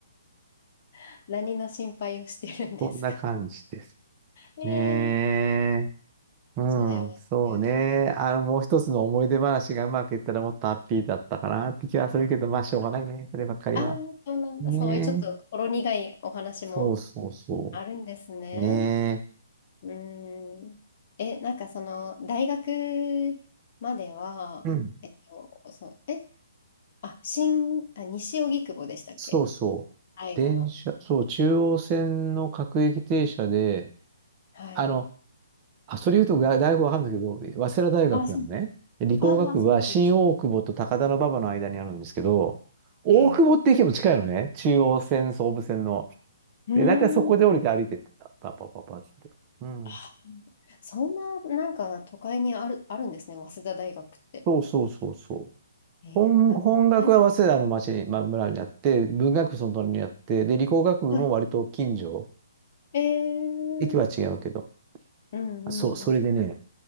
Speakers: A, on the left; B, on the right.
A: <laughs> 何の心配をしてるんですか。
B: そんな感じです。
A: <laughs> えー、
B: ねえ。うん、
A: それは、
B: そうね。
A: それは。
B: あの、もう一つの思い出話がうまくいったらもっとハッピーだったかなって気はするけど、まあ、しょうがないね。そればっかりは。
A: ああ、そうなんだ。
B: ねえ。
A: そういうちょっとほろ苦いお話も
B: そうそうそ
A: あるんですね。
B: う。ね
A: うーん。え、なんかその、大学までは、
B: え。うん
A: えっと、そう、え、あ、新、あ、西荻窪でしたっけ
B: そうそう。
A: 最後の。
B: 電車、そう、中央線の各駅停車で、
A: はい。
B: あの、あ、それ言うとが大学わかんないけど、早稲田大学なのね。
A: あ、そうなんだ。
B: で理工学部は新大久保と高田馬場の間にあるんですけど、
A: ああ、そうなんです。
B: 大久保って駅も近いのね。
A: へえ。
B: 中央線、総武線の。
A: うー
B: で、大体そこで降りて歩いてってた。
A: ん。
B: パパパパって。うん。
A: あ、そんな、なんか都会にある、あるんですね、早稲田大学って。
B: そうそうそうそう。
A: えー、
B: 本、
A: でもな、
B: 本学は早稲田の町に、
A: 大学、
B: まあ、村にあって、文学部その隣にあって、で、理工学部も割と近所。
A: はい。えー、
B: 駅は違うけど。
A: うんうんうん。
B: そう、それでね、